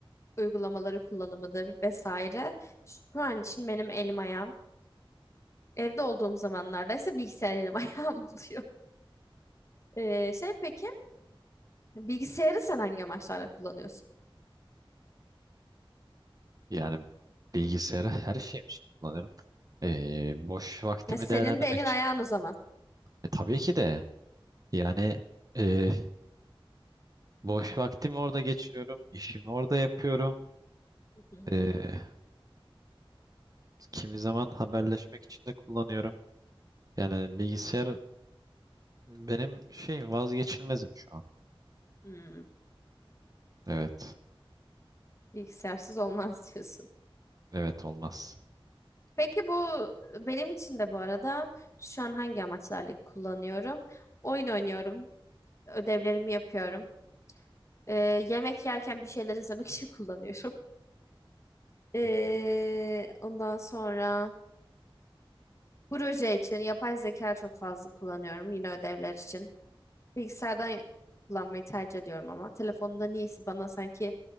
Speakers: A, on the left; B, on the right.
A: uygulamaları kullanımıdır vesaire. Şu an için benim elim ayağım. Evde olduğum zamanlarda ise bilgisayar elim <laughs> ayağım oluyor. Ee, şey peki bilgisayarı sen hangi amaçlarla kullanıyorsun?
B: Yani bilgisayarı <laughs> her şeyim için kullanıyorum. Ee, boş vaktimi
A: Ya senin
B: değerlendirmek
A: de elin
B: için.
A: ayağın o zaman.
B: E, tabii ki de yani e, boş vaktimi orada geçiriyorum. İşimi orada yapıyorum.
A: Hı hı.
B: E, kimi zaman haberleşmek için de kullanıyorum. Yani bilgisayar Benim şey vazgeçilmezim şu an.
A: Hmm,
B: Evet.
A: bilgisayarsız olmaz diyorsun.
B: Evet olmaz.
A: Peki bu benim için de bu arada şu an hangi amaçlarla kullanıyorum? Oyun oynuyorum, ödevlerimi yapıyorum. Ee, yemek yerken bir şeyler izlemek <laughs> için kullanıyorum. Ee,
B: Hı hı.
A: ondan sonra proje için yapay zeka çok fazla kullanıyorum yine ödevler için. Bilgisayardan kullanmayı tercih ediyorum ama telefonda niyeyse bana sanki